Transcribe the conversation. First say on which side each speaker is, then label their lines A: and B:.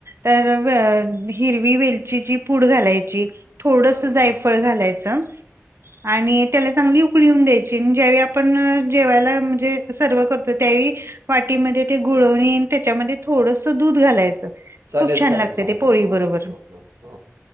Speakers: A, on the right; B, on the right.
A: तर व. हिरवी वेलचीची पूड घालायची. थोडसं
B: बरं, बरं,
A: जायफळ
B: बरं.
A: घालायचं. आणि त्याला चांगली उकळी येऊन द्यायची आणि ज्यावेळी आपण जेवायला म्हणजे सर्व करतो त्यावेळी वाटीमध्ये ते गुळवनी आणि त्याच्यामध्ये थोडसं दूध घालायचं.
B: चालेल,
A: खूप छान
B: चालेल,
A: लागते
B: चालेल,
A: ते
B: चालेल.
A: पोळी
B: ओके,
A: बरोबर
B: ओके, ओके, ओके. हो.